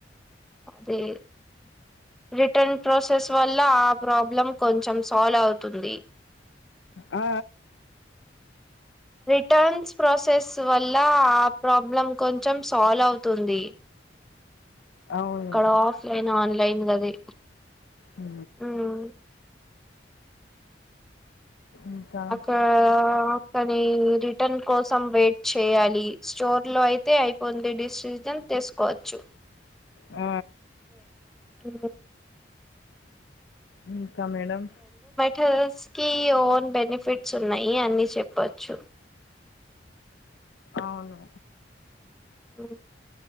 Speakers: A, in the centre; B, on the left (about 85°).
A: అదే రిటర్న్ ప్రాసెస్ వల్ల ఆ ప్రాబ్లం కొంచెం సాల్వ్ అవుతుంది
B: ఆ
A: రిటర్న్స్ ప్రాసెస్ వల్ల ఆ ప్రాబ్లం కొంచెం సాల్వ్ అవుతుంది
B: అవును
A: అక్కడ ఆఫ్లైన్ ఆన్లైన్ గది
B: ఉ
A: ఉమ్
B: ఇంకా
A: అక్కడా కానీ రిటర్న్ కోసం వెయిట్ చేయాలి స్టోర్ లో అయితే అయిపోంది డిసిజన్ తిసుకోచ్చు
B: ఆ
A: ఉ
B: ఇఇంకా మేడం
A: టల్స్ కి ఓన్ బెనిఫిట్స్ ఉన్నాయి అని చెప్పచ్చు
B: అవును
A: ఓ